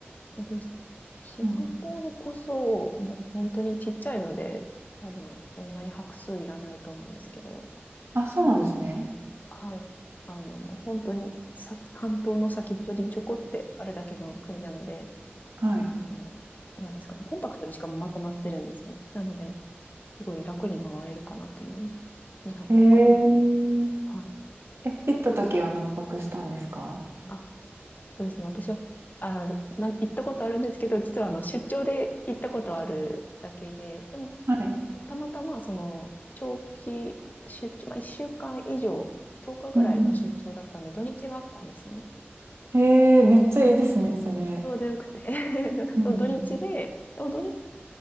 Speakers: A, on the left; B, on the right.
A: 本当にシンガポールこそもう本当にちっちゃいので多分そんなに拍数いらないと思うんですけど、
B: うん。あ、そうなんですね。
A: うんはい。あの、もう本当にさ、半島の先っちょにちょこってあるだけの国なので、
B: はい。
A: あの、なんですかね、コンパクトにしかもまとまってるんですよね。なので、すごい楽に回れるかなと思います。2泊とかでも。
B: えー
A: はい。
B: え、行った時は何泊したんですか
A: あ、そうですね。私は、あ、な、行ったことあるんですけど、実はあの、出張で行ったことあるだけで、でも、
B: はい。
A: たまたまその、長期出張、まあ、1週間以上、10日ぐらいの出張だったんで、
B: うんう
A: 土日があったんですよね。
B: ん。ええめっちゃいいですね、
A: はい
B: それ。
A: ちょうどよくて <laughs>
B: うん。
A: その土日で、でも土日